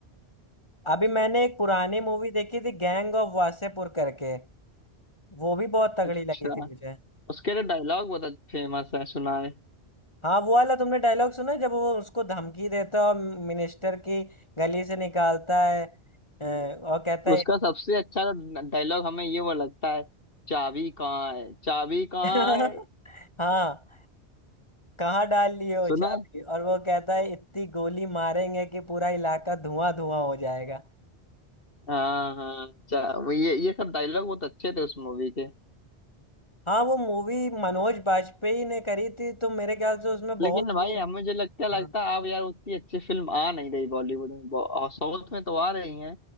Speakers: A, on the left; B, on the left.
A: अभी मैंने एक पुरानी मूवी देखी थी गैंग ऑफ वासेपुर करके वो भी बहुत तगड़ी
B: अच्छा
A: लगी थी मुझे
B: उसके तो डायलॉग बहुत फेमस है सुना है
A: हाँ वो वाला तुमने डायलॉग सुना है? जब वो उसको धमकी देता है और मिनिस्टर की गली से निकालता है अ, और कहता है
B: उसका सबसे अच्छा डायलॉग हमें ये वो लगता है चाबी कहाँ है चाबी कहाँ
A: <laughs>
B: है
A: हाँ कहाँ डाल लिए हो
B: सुना
A: चाबी
B: है?
A: और वो कहता है इतनी गोली मारेंगे कि पूरा इलाका धुआं धुआं हो जाएगा
B: हाँ हाँ चा- वो ये ये सब डायलॉग बहुत अच्छे थे उस मूवी के
A: हाँ वो मूवी मनोज बाजपेयी ने करी थी तो मेरे ख्याल से उसमें बहुत
B: लेकिन भाई
A: वो
B: हमें जो लगता लगता
A: हाँ
B: है अब यार उतनी अच्छी फिल्म आ नहीं रही बॉलीवुड में बॉ- और साउथ में तो आ रही हैं